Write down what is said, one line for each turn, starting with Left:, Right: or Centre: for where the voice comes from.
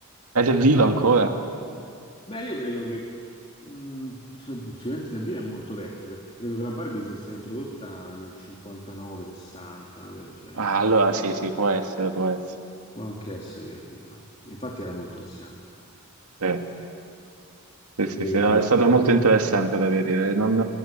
Right: Ed è viva ancora?
Left: Beh, io credo che mh, sicuramente se via è molto vecchia, perché credo che la Barbie sia stata introdotta nel 59-60, una cosa del genere.
Right: Ah, allora sì, sì, può essere, può essere.
Left: Può anche essere che è viva. Infatti era molto anziana.
Right: Sì. Sì, sì,
Left: E,
Right: sì, no, è stato molto interessante da vedere, non,